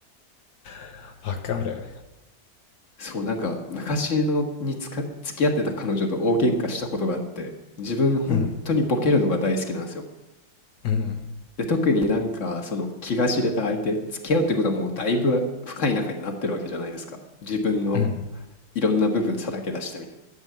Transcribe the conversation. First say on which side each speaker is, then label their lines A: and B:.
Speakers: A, on the left; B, on the left.
A: <laughs> わかる。
B: そう、なんか昔のにつか付き合ってた彼女と大喧嘩したことがあって、自分本当にボケるのが大好きなんですよ。
A: うん。うん。うん。
B: で、特になんかその気が知れた相手、付き合うってことはもうだいぶ深い仲になってるわけじゃないですか。自分の
A: うん
B: いろんな部分さらけ出してみたい